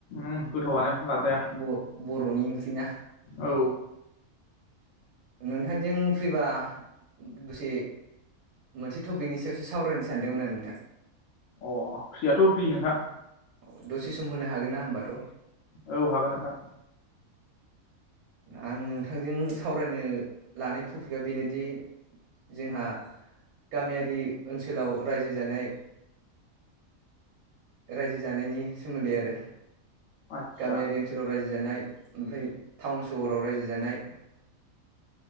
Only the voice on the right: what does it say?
बर बर'नि ओंख्रिना
नोंथांजों फैबा दसे मोनसे टपिकनि सायावसो सावरायनो सानदोंमोन आं नोंथां
अ दसे सम होनो हागोन ना होमबाथ' <inaudible>
आं नोंथांजों सावरायनो नो लानो टपिकआ बेनोदि जोंहा गामियारि ओनसोलाव रायजो जानाय रायजो जानायनि सोमोन्दै आरो
गामियारि ओनसोलाव रायजो जानाय ओमफ्राय टाउन सहराव रायजो जानाय।